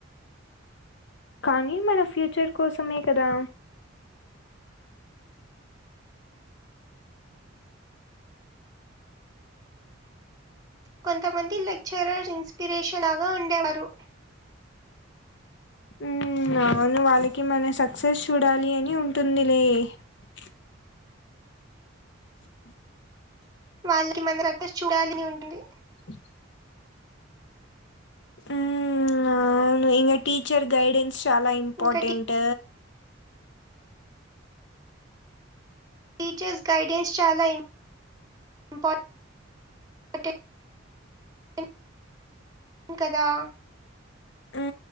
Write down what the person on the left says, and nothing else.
కానీ మన ఫ్యూచర్ కోసమే కదా
ఉ అవును వాళ్ళకి మన సక్సెస్ చూడాలి అని ఉంటుందిలే ఉ ఉ హు
ఉ హు ఉ అవును ఇగ టీచర్ గైడెన్స్ చాలా ఇంపార్టెంట్
ఉ